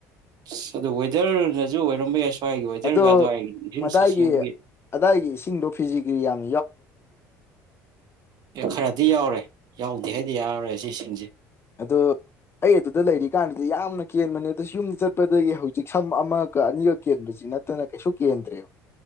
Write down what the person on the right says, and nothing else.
ꯑꯁ ꯑꯗꯨꯗꯣ ꯋꯦꯗꯔꯅꯁꯨ ꯑꯣꯏꯔꯝꯕ ꯌꯥꯏ ꯁ꯭ꯋꯥꯏꯒꯤ ꯋꯦꯗꯔꯒ
ꯑꯗꯨꯋꯥꯏꯒꯤ ꯏꯁꯤꯡ
ꯁꯥꯁꯦꯡꯕꯒꯤ
ꯑꯦ ꯈꯔꯗꯤ ꯌꯥꯎꯔꯦ ꯌꯥꯎꯗꯦ ꯍꯥꯏ ꯗꯤ ꯌꯥꯔꯣꯏ ꯁꯤꯁꯤꯡꯁꯦ